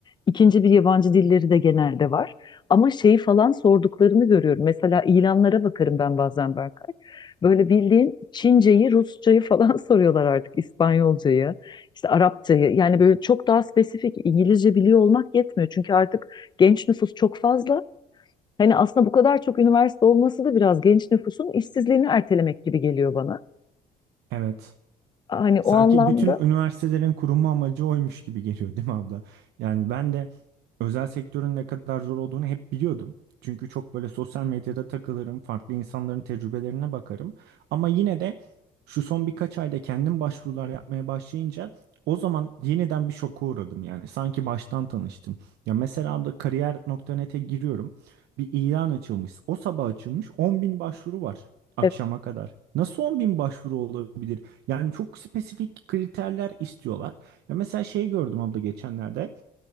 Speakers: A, on the left; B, on the right.
A: İkinci bir yabancı dilleri de genelde var. Ama şeyi falan sorduklarını görüyorum. Mesela ilanlara bakarım ben bazen Berkay. Böyle bildiğin Çinceyi, Rusçayı falan <laughs> soruyorlar artık İspanyolcayı işte Arapçayı yani böyle çok daha spesifik İngilizce biliyor olmak yetmiyor. Çünkü artık genç nüfus çok fazla. Hani aslında bu kadar çok üniversite olması da biraz genç nüfusun işsizliğini ertelemek gibi geliyor bana.
B: Evet.
A: Hani
B: Sanki
A: o anlamda
B: bütün üniversitelerin kurulma amacı oymuş gibi geliyor, değil mi abla? Yani ben de özel sektörün ne kadar zor olduğunu hep biliyordum. Çünkü çok böyle sosyal medyada takılırım, farklı insanların tecrübelerine bakarım. Ama yine de şu son birkaç ayda kendim başvurular yapmaya başlayınca o zaman yeniden bir şoka uğradım yani. Sanki baştan tanıştım. Ya mesela abla kariyer.net'e giriyorum. Bir ilan açılmış. O sabah açılmış 10 bin başvuru var akşama
A: evet,
B: kadar. Nasıl 10 bin başvuru olabilir? Yani çok spesifik kriterler istiyorlar. Ya mesela şey gördüm abla geçenlerde.